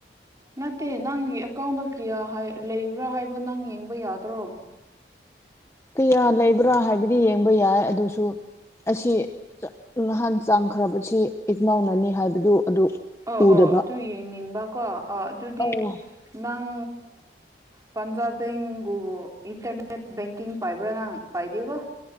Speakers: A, on the right (about 20°); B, on the left (about 15°).
A: ꯅꯠꯇꯦ ꯅꯪꯒꯤ ꯑꯦꯀꯥꯎꯟꯗ ꯀꯌꯥ ꯂꯩꯕ꯭ꯔꯥ ꯍꯥꯏꯕ ꯅꯪ ꯌꯦꯡꯕ ꯌꯥꯗ꯭ꯔꯣ
B: ꯀꯌꯥ ꯂꯩꯕ꯭ꯔꯥ ꯍꯥꯏꯕꯗꯤ ꯌꯦꯡꯕ ꯌꯥꯏ ꯑꯗꯨꯁꯨ ꯑꯁꯤ ꯅꯍꯥꯟ ꯆꯥꯡꯈ꯭ꯔꯕꯁꯤ ꯏꯛꯅꯥꯧꯅꯅꯤ ꯍꯥꯏꯕꯗꯨ ꯑꯗꯨ
A: ꯑꯣ
B: ꯎꯗꯕ
A: ꯑꯣ ꯑꯗꯨ ꯌꯦꯡꯅꯤꯡꯕꯀꯣ ꯑ ꯑꯗꯨꯗꯤ
B: ꯑꯧ
A: ꯅꯪ ꯄꯟꯖꯥꯕ ꯏꯟꯇꯔꯅꯦꯠ ꯀꯤꯡ ꯄꯕ꯭ꯔꯅ ꯄꯗꯕ